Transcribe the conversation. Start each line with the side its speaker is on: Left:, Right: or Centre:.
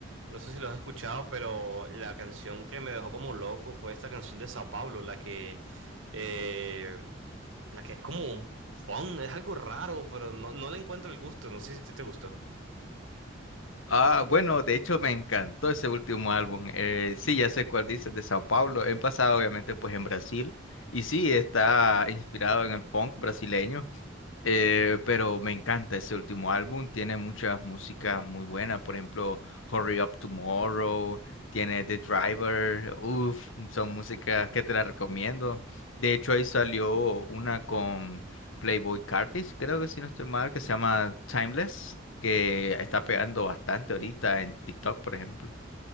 Right: no sé si lo has escuchado, pero la canción que me dejó como loco fue esta canción de Sao Paulo, la que, eh, la que es como un funk, es algo raro, pero no, no le encuentro el gusto. No sé si te te gustó.
Left: Ah, bueno, de hecho me encantó ese último álbum. Eh, sí, ya sé cuál dices, de Sao Paulo. He pasado obviamente pues en Brasil y sí, está inspirado en el funk brasileño. Eh, pero me encanta ese último álbum, tiene muchas músicas muy buenas, por ejemplo, Hurry Up Tomorrow, tiene The Driver, uff, son músicas que te las recomiendo. De hecho, ahí salió una con Playboy Cartis, creo que si no estoy mal, que se llama Timeless, que está pegando bastante ahorita en TikTok, por ejemplo.